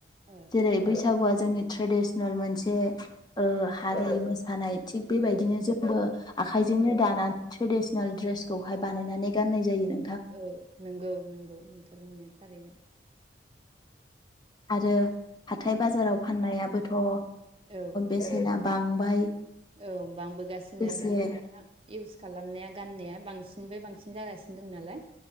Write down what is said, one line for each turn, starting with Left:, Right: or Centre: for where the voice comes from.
Right: ओ
Left: जेरै बैसागुआ जोंनि ट्रेडिसनेल मोनसे ओ हारि मोसा हानाय थिग बेबायदिनो
Right: औ
Left: जोंबो आखाइजोंनो
Right: औ
Left: दानानै ट्रेडिसन नाल ड्रेसखौहाय बानायनानै गाननाय जायोनो
Right: औ नंगौ नंगौ नोंथां होननाया थारैनो
Left: आरो हाथाय बाजाराव फाननायाबोथ' ओ
Right: औ
Left: बेसेना बांबाय
Right: औ बांबोगासिनो
Left: लोगोसे
Right: मानोना इउस खालामनाया गाननाया बांसिननिफ्राय बांसिन जागासिनो दं नालाय।